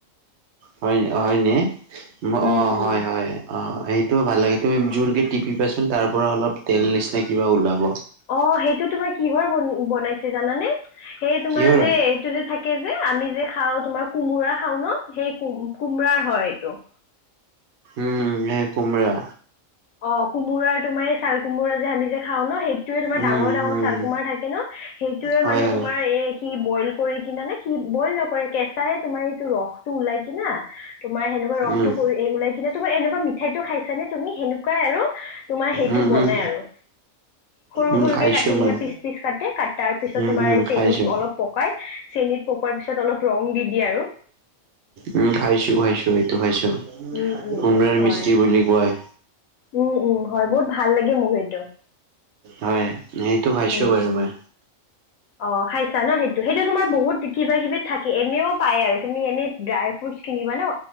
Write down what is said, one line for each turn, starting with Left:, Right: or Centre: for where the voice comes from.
Right: হয় হয় নে?
Left: উম
Right: অ
Left: উম
Right: হয় হয়। অ' সেইটো ভাল লাগে তুমি জোৰকে টিপিবাচোন তাৰ পৰা অলপ তেল নিচিনা কিবা ওলাব।
Left: অ সেইটো তোমাৰ কিহৰ বনাইছে জানানে? সেই তোমাৰ
Right: কিহৰ
Left: যে
Right: হয়
Left: এইটো যে থাকে যে আমি যে খাওঁ তোমাৰ কোমোৰা খাও ন, সেই কোমোৰা হয় এইটো।
Right: উম হেই কুমৰা।
Left: অ' কোমোৰাৰ তোমাৰ এই ছাল কোমোৰা যে আমি যে খাওঁ ন, সেইটোয়ে তোমাৰ
Right: উম
Left: ডাঙৰ ডাঙৰ
Right: উম
Left: ছাল কোমাৰ থাকে ন। সেইটোয়ে
Right: হয়
Left: মানে
Right: হয়
Left: তোমাৰ এই কি বইল কৰি কিনে নে কি বইল নকৰে কেঁচাই তোমাৰ ৰস টো ওলাই কিনা তোমাৰ সেনেকুৱা ৰসটো
Right: উম
Left: কৰি ওলাই কিনা তোমাৰ এনেকুৱা সেইটো খাইছানে তুমি? সেনেকুৱাই আৰু তোমাৰ সেইটো
Right: উম
Left: বনাই
Right: উম
Left: আৰু। সৰু-সৰুকে
Right: উম খাইছো
Left: কাটি
Right: মই
Left: কিনে পিচ-পিচ কাট তাৰ পিছত
Right: উম
Left: তোমাৰ
Right: উম
Left: চেনি
Right: খাইছো
Left: অলপ পকাই চেনি ত পকোৱাৰ পিছত অলপ ৰং দি দিয়ে আৰু।
Right: উম খাইছো খাইছো এইটো খাইছো
Left: উম উম
Right: কোমৰাৰ
Left: হয়
Right: মিস্ত্ৰী বুলি কয়।
Left: উম, উম হয় বহুত ভাল লাগে মুভিটো।
Right: হয় সেইটো খাইছো
Left: উম
Right: বাৰু মই।
Left: অ, খাইছা ন সেইটো সেইটো তোমাৰ বহুত কিবা কিবি থাকে এনেও পায় আৰু তুমি এনে ড্ৰাই ফ্ৰুটছ কিনিবা ন